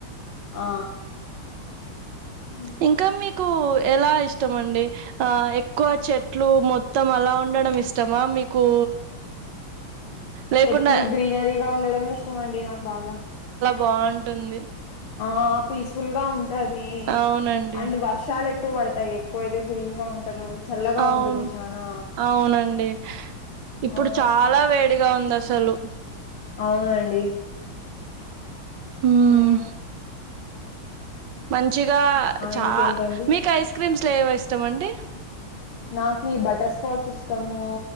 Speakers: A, on the left (about 80°); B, on the right (about 65°).
A: ఆ ఉ
B: ఇంకా మీకు ఎలా ఇష్టమ అండి ఆ ఎక్కువ చెట్లు మొత్తం అలా ఉండడం ఇష్టమా మీకు లేకుండా
A: చెట్లు గ్రీనరీగా ఉండడమే ఇష్టం అండి నాకు బాగా
B: బాగుంటుంది
A: ఆ పీస్ఫుల్ గా ఉంటు పది
B: అవునండి.
A: అండ్ వర్షాలు ఎ ఎక్కువ పడతాయి ఎక్కువ అయితే గ్రీన్ గా ఉంటదు చల్లగా
B: అవును
A: ఉంటుంది చానా
B: అవునండి ఇప్పుడు
A: ఆ
B: చాలా వేడిగా ఉంది చలు
A: అవునండి
B: హ్మ్.
A: హ
B: మంచిగా చాలా
A: ఇంకేంటండి
B: మీకు ఐస్ క్రీమ్స్ స్వ ఇస్తమ అండి
A: నాకి బటర్స్కాచ్ ఇష్టము